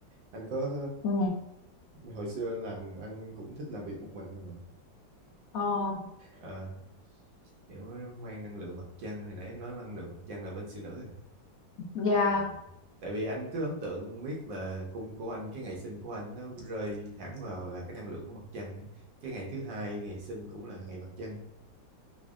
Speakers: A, on the right; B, on the left.
A: anh có
B: ừ
A: um, hồi xưa anh làm anh cũng thích làm việc một mình thôi mà
B: ờ,
A: à, kiểu mang năng lượng mặt trăng hồi nãy em nói năng lượng mặt trăng là bên siêu nữ rồi
B: yeah
A: à. tại vì anh cứ ấn tượng biết là cung của anh cái ngày sinh của anh nó rơi hẳn vào là cái năng lượng của mặt trăng á. cái ngày thứ hai ngày sinh cũng là ngày mặt trăng